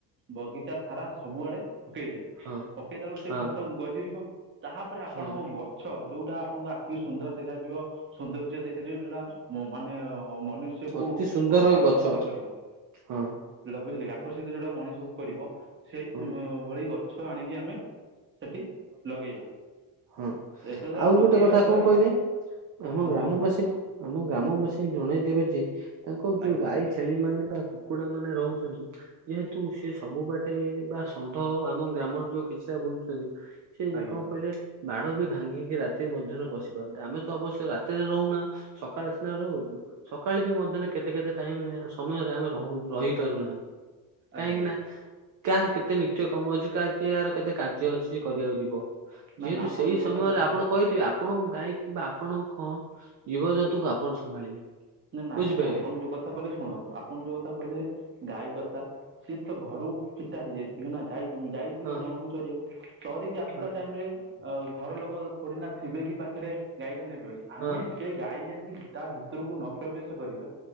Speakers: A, on the right; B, on the right.
A: ବଗିଚା ସାରା ସବୁଆଡେ ପକେଇ ଦେବି
B: ହଁ
A: ପକେଇଦେଲେ ବ ସେ
B: ହଁ ହଁ
A: ଘାସ ଗଜିରିବ ତାପରେ ଆପଣଙ୍କ
B: ହଁ
A: ଗଛ ଯୋଉଟା ଆପଣଙ୍କ ଆଖି ସୁନ୍ଦର ଦେଖାଯିବ ସୌନ୍ଦର୍ଯ୍ୟ ଦେଖାଯିବ ଯୋଉଟା ମାନେ ମନୁଷ୍ୟକୁ
B: ଅତି ସୁନ୍ଦର
A: ଆକର୍ଷିତ
B: ଗଛ
A: କରିବ
B: ହଁ
A: ଯୋଉଟା ବୁଝିଲେ କି? ଆକର୍ଷିତ ଯୋଉଟା ମଣିଷକୁ କରିବ ସେଇ
B: ହଁ
A: ଭଳି ଗଛ ଆଣିକି ଆମେ ସେଠି ଲଗେଇବା।
B: ହଁ
A: ଏତଦ୍ ଦ୍ୱାରା
B: ଆଉ ଗୋଟେ
A: ଲଗେଇବା
B: କଥା କଣ
A: ଦ୍ୱାରା
B: କହିଲେ ଆମ
A: ହଁ
B: ଗ୍ରାମବାସୀଙ୍କୁ
A: କୁହନ୍ତୁ
B: ଆମ ଗ୍ରାମବାସୀ ଜଣେଇ ଦେବେ ଯେ ତାଙ୍କ ଯୋଉ
A: ଆଜ୍ଞା
B: ଗାଈ, ଛେଳି ମାନେ କୁକୁଡା ମାନେ ରହୁଛନ୍ତି ଯେହେତୁ ସେ ସବୁ ବାଟେ ବା ଷଣ୍ଢ ଆମ ଗ୍ରାମ ଯୋଉ କିଛିଟା ବୁଲୁଛନ୍ତି ସେ
A: ଆଜ୍ଞା
B: କଣ କହିଲେ ବାଡ ବି ଭାଙ୍ଗିକି ରାତି ମଧ୍ୟରେ ପଶି ପାରୁନ୍ତେ ଆମେ ତ ଅବଶ୍ୟ ରାତିରେ ରହୁନା ସକାଳ ସିନା ରହୁ। ସକାଳେ ବି ମଧ୍ୟରେ କେତେ କେତେ ଟାଇମରେ ସମୟରେ ଆମେ ରହୁ ରହିପାରୁନାହିଁ କାହିଁକି
A: ଆଜ୍ଞା
B: ନା କାହାର କେତେ ନିତ୍ୟ କର୍ମ ଅଛି କା କାହାର କେତେ କାର୍ଯ୍ୟ କରିବାକୁ ଯିବ
A: ନା
B: ଯେହେତୁ
A: ନା ଆପଣ
B: ସେଇ
A: ଯେଉଁ
B: ସମୟରେ
A: କଥା
B: ଆପଣ କହିଥିବେ ଆପଣଙ୍କ ଗାଈ କିମ୍ବା ଆପଣଙ୍କ ଜୀବଜନ୍ତୁ କୁ ଆପଣ ସମ୍ଭାଳିବେ।
A: ନାଁ
B: ବୁଝିପାରିଲେ
A: ଆଜ୍ଞା ଆପଣ ଯୋଉ କଥା କହିଲେ ଶୁଣନ୍ତୁ ଆପଣ ଯୋଉ କଥା କହିଲେ ଗାଈ କଥା ସିଏ ତ ଘରୁ ଫିଟା ହେଇଯାଇ ନାଇଁ ଯାଇଥିବେ
B: ହଁ
A: ବଣକୁ ଚରିବାକୁ ଚରିକି ଆସିଲା
B: ହଁ
A: ଟାଇମ ରେ ଅ ଘର ଲୋକ ଥୋଡି ନା ଥିବେ କି ପାଖରେ ଗାଈଟା ନେବେ ବୋଲି ଆମେ
B: ହଁ
A: ସେ ଗାଈ ଯେମିତି ତା ଭିତରକୁ ନ ପ୍ରବେଶ କରିବ